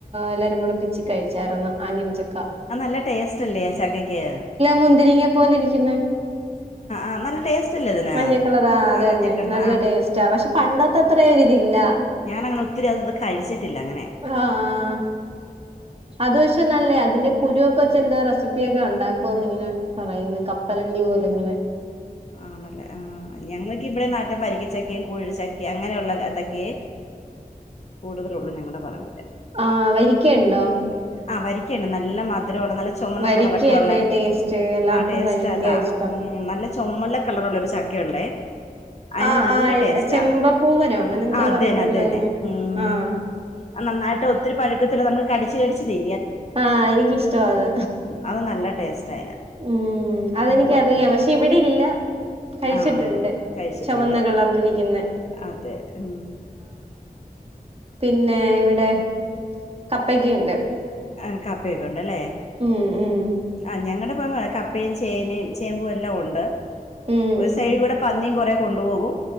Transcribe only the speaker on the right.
എല്ലാരും കൂടെ പിച്ച് കഴിച്ചായിർന്ന. ആഞ്ഞിലച്ചക്ക.
മുന്തിരിങ്ങെ പോലെ ഇരിക്കുന്ന.
മഞ്ഞ കളറ ആഹ് അത്
തന്നെ
നല്ല
ടേസ്റ്റാ പക്ഷെ പണ്ടത്തെ അത്ര ഒരിതില്ല.
ആഹ് അത് പക്ഷെ നല്ലയ അതിന്റെ കുരുവൊക്കെച്ച് എന്തോ റെസിപ്പിയൊക്കെ ഉണ്ടാക്കോന്ന് ഇങ്ങനെ. പറയുന്നു കപ്പലണ്ടി പോലും ഇങ്ങനെ.
ആഹ് വരിക്കയ്ണ്ടോ?
വരിക്കയല്ലേ
ടേസ്റ്റ് എല്ലാർക്കും
വരിക്കയാ
ഇഷ്ടം
ആഹ്
ചെമ്പപ്പൂവനോ
അങ്ങനെ എന്തോ
പറയുവല്ലോ
അയിന്
ആഹ്
ആഹ് എനിക്കിഷ്ടം അത്
ഉം അതെനിക്കറിയ
പക്ഷ ഇവിടില്ല കഴിച്ചിട്ടുണ്ട്
ചുവന്ന കളർന്നിരിക്കുന്നെ.
പിന്നെ ഇവിടെ കപ്പക്കണ്ട്.
ഉം ഉം
ഉം